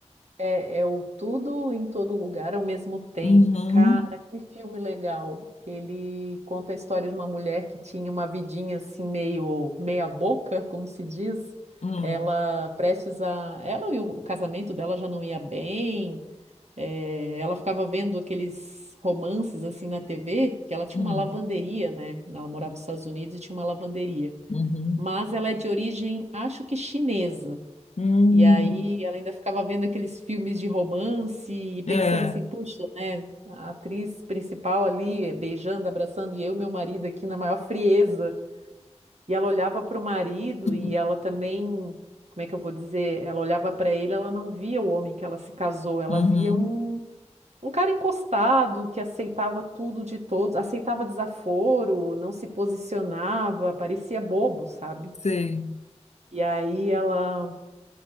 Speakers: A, on the right; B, on the left.
A: é, é o Tudo em Todo Lugar ao Mesmo Tempo.
B: Uhum,
A: Cara, que filme legal. Ele conta a história de uma mulher que tinha uma vidinha assim, meio meia boca, como se diz.
B: hum,
A: Ela prestes a. Ela e o o casamento dela já não ia bem. Eh, ela ficava vendo aqueles romances assim na TV, que ela tinha
B: hum,
A: uma lavanderia, né? Ela morava nos Estados Unidos e tinha uma lavanderia.
B: uhum,
A: Mas ela é de origem, acho que chinesa.
B: hum.
A: E aí ela ainda ficava vendo aqueles filmes de romance e
B: É,
A: pensando assim, puxa, né? A atriz principal ali beijando, abraçando, e eu e meu marido aqui na maior frieza. E ela olhava para o marido
B: <laughs>
A: e ela também, como é que eu vou dizer? Ela olhava para ele, ela não via o homem que ela se casou, ela
B: uhum,
A: via um um cara encostado que aceitava tudo de todos, aceitava desaforo, não se posicionava, parecia bobo, sabe?
B: sei.
A: E aí ela,